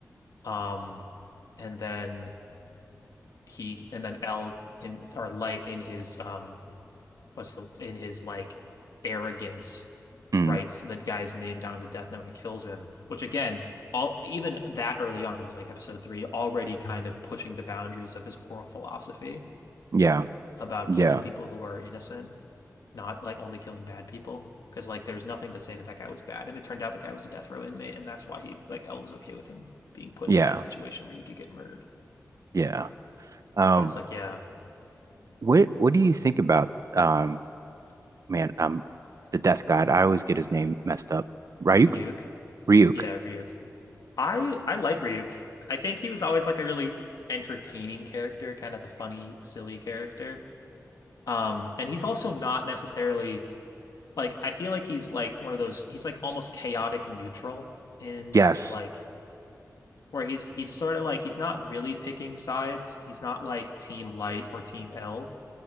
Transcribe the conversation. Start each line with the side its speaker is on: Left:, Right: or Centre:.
Left: Um and then he and then L in or light in his um what's the in his like arrogance
Right: Mhm.
Left: writes that guy's name down in the death note and kills him, which again, all even that early on it was like episode three, already kind of pushing the boundaries of his moral philosophy
Right: Yeah.
Left: about
Right: Yeah.
Left: killing people who are innocent, not like only killing bad people. Because like there was nothing to say that that guy was bad, and it turned out the guy was a death row inmate, and that's why he like L was okay with him being put
Right: Yeah.
Left: in that situation where he could get murdered.
Right: Yeah. Um
Left: But it's like, yeah,
Right: what what do you think about um man um the death god? I always get his name messed up. Ryuk?
Left: Ryuk,
Right: Ryuk.
Left: yeah, Ryuk. I I like Ryuk. I think he was always like a really entertaining character, kind of a funny, silly character. Um, and he's also not necessarily like I feel like he's like one of those he's like almost chaotic and neutral in his
Right: Yes.
Left: like where he's he's sort of like he's not really picking sides. He's not like Team Light or Team L.